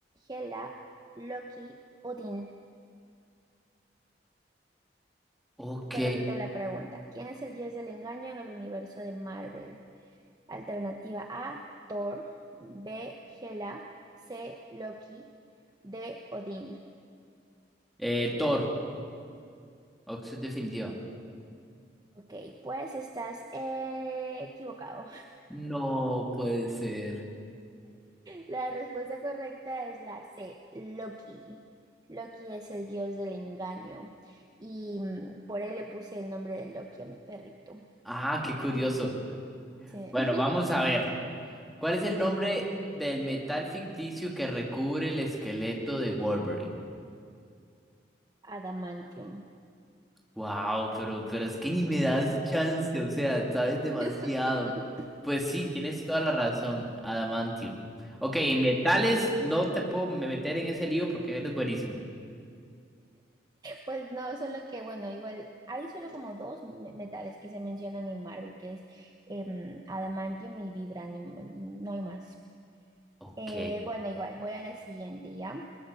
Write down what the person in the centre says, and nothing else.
Ok.
Eh, Thor, opción definitiva.
No puede ser.
Ah, qué curioso.
Bueno,
vamos a ver. ¿Cuál es el
nombre
del metal ficticio que recubre el esqueleto de Wolverine?
Wow, pero, pero es que ni me das chance, o sea, sabes demasiado.
Pues sí, tienes toda la razón, adamantium. Ok, metales, no te puedo me- meter en ese lío porque eres buenísima.
Ok.